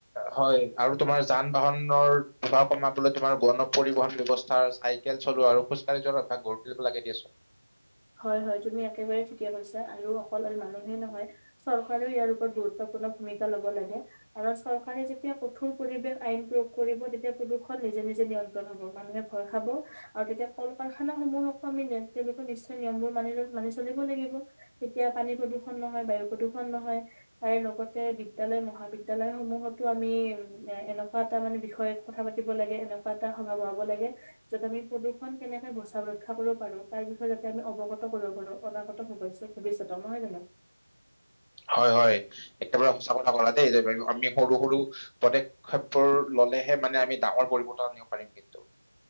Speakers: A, on the left; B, on the right.
A: হয় আৰু তোমাৰ যান বাহনৰ ভাড়া কমাবলৈ তোমাৰ গণ পৰিবহন ব্যয়ৱস্থা ফাৰ্চ চাইকেল চলোৱা আৰু খোজ কাঢ়ি যোৱাৰ এটা গঢ় তুলিব লাগে দিয়া চোন
B: হয় হয় তুমি একেবাৰে ঠিকে কৈছা আৰু অকল মানুহেই নহয় চৰকাৰেও ইয়াৰ ওপৰত গুৰুত গুত্বপূৰ্ণ ভূমিকা ল'ব লাগে কাৰণ চৰকাৰে যেতিয়া কঠোৰ পৰিৱেশ আইন প্ৰয়োগ কৰিব তেতিয়া প্ৰদূষণ নিজে নিজে নিয়ন্ত্ৰণ হব মানুহে ভয় খাব আৰু তেতিয়া কল কাৰখানা সমূহকো আমি তেওঁলোকে নি্চয় নিয়মবোৰ মানি মানি চলিব লাগিব তেতিয়া পানী প্ৰদূষণ নহয় বায়ু প্ৰদূষণ নহয় তাৰ লগতে বিদ্যয়ালয় মহাবিদ্যয়ালয় সমূহতো আমি এ এনেকুৱা এটা মানে বিষয় কথা পাতিব লাগে এনেকুৱা এটা সম্ভাৱ হব লাগে য'ত আমি প্ৰদূষণ কেনেকে বচা ৰক্ষা কৰিব পাৰো তাৰ বিষয়ে ইয়াৰ আমি অৱগত কৰিব পাৰো অনাগত হয় ভৱিষ্যত নহয় জানো
A: হয় হয় একেবাৰে সঁচা কথা কলা দেই আমি সৰু সৰু প্ৰতেক উসৱবোৰ ললেহে মানে আমি ডাঙৰ পৰিৱৰ্তন আনিব পাৰিম কিন্তু